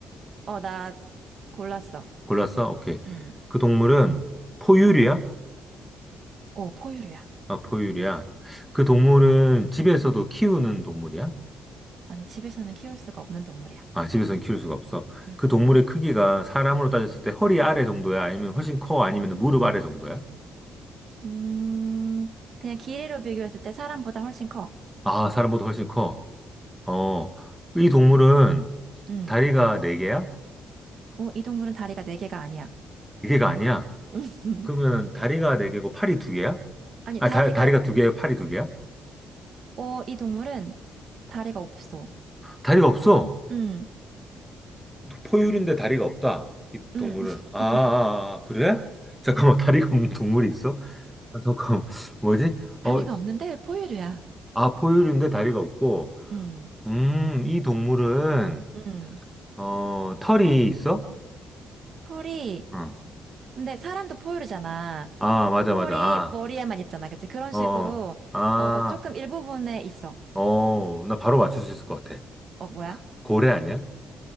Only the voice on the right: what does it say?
어, 나 골랐어.
음,
어, 포유류야.
아니, 집에서는 키울 수가 없는 동물이야.
음,
음, 그냥 길이로 비교했을 때 사람보다 훨씬 커.
음,
어, 이 동물은 다리가 네개가 아니야.
<laughs>
아니,
다리가
어, 이 동물은 다리가 없어.
음,
음.
<laughs>
다리가 없는데 포유류야.
음,
음.
털이,
근데 사람도 포유류잖아.
털이
머리에만 있잖아. 그치? 그런
식으로,
어, 조금 일부분에 있어.
어, 뭐야?